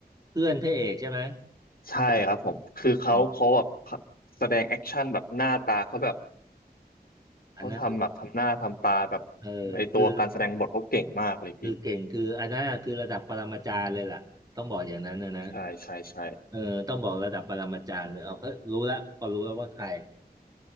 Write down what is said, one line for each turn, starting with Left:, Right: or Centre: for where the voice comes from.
Right: เพื่อนพระเอกใช่ไหม
Left: ใช่ครับผมคือเขาเขาแบบ
Right: อ๋อ
Left: แสดงแอคชั่นแบบหน้าตาเขาแบบเขาทำแบบทำหน้าทำตาแบบ
Right: อันนั้นเออคือ
Left: ในตัวการแสดงบทเขาเก่งมากเลยพี่
Right: คือเก่งคืออันนั้นคือระดับปรมาจารย์เลยล่ะต้องบอกอย่างนั้นนะนะ
Left: ใช่ใช่ใช่
Right: เออต้องบอกระดับปรมาจารย์เลยเอาก็รู้แล้วพอรู้แล้วว่าใคร